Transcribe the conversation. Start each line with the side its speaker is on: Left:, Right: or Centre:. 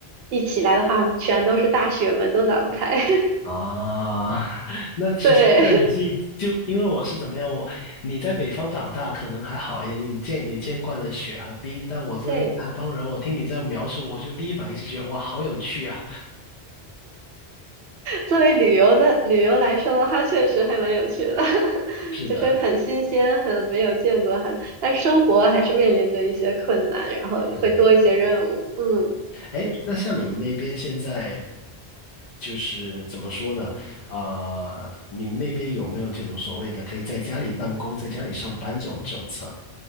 Right: 一起来的话，全都是大雪，门都打不开。<laughs>
Left: 啊，<laughs> 那其实那也是一就因为我是怎么样，
Right: 对
Left: 我你在北方长大可能还好一点，你见你见惯了雪和冰，但我作为一个南方人，
Right: <laughs> 对，
Left: 我听你这样描述，我就第一反应是觉得哇，好有趣啊！
Right: 作为旅游的旅游来说的话，确实还蛮有趣的，<laughs>
Left: 是的，
Right: 就是很新鲜，很没有见过，很但是生活还是面临着一些困难，然后会多一些任务。
Left: 是。
Right: 嗯嗯。
Left: 哎，那像你们那边现在就是怎么说呢？啊、你们那边有没有这种所谓的可以在家里办公、在家里上班这种政策